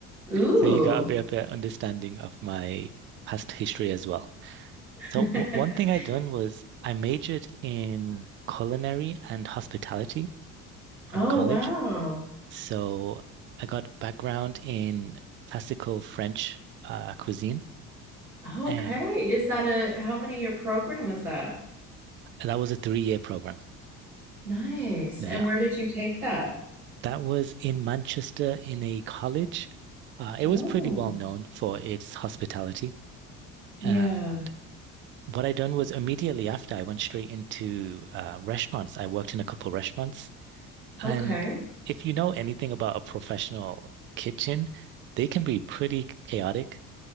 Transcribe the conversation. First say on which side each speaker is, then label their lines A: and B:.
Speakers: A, on the right; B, on the right.
A: Ooh.
B: So you got a bit of an understanding of my past history as well.
A: <laughs>
B: So w one thing I done was I majored in culinary and hospitality from
A: Oh,
B: college.
A: wow.
B: So I got background in classical French uh, cuisine.
A: Okay.
B: Uh,
A: Is that a how many year program is that?
B: that was a three-year program.
A: Nice.
B: Yeah.
A: And where did you take that?
B: That was in Manchester in a college. Uh, it
A: Oh,
B: was pretty well known for its hospitality.
A: yeah.
B: And what I done was immediately after I went straight into uh, restaurants. I worked in a couple restaurants. And
A: Okay.
B: if you know anything about a professional kitchen, they can be pretty chaotic.